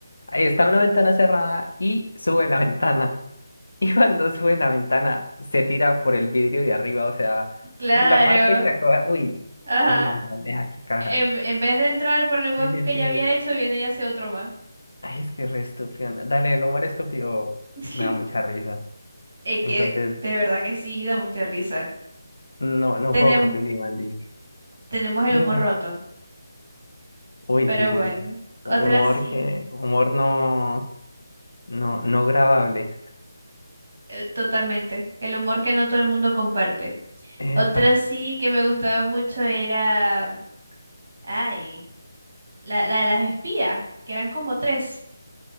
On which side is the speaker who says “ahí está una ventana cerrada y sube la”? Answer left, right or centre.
Left